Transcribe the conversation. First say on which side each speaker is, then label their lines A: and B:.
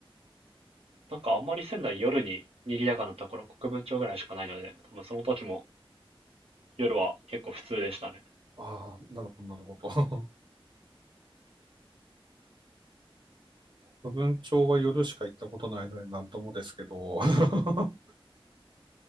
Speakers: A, on the right; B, on the right.
A: なんかあんまり仙台夜に賑やかなところ、国分町ぐらいしかないので、多分その時も夜は結構普通でしたね。
B: ああ、なるほど、なるほど。<laughs> 部分町は夜しか行ったことないのでなんともですけど。<laughs>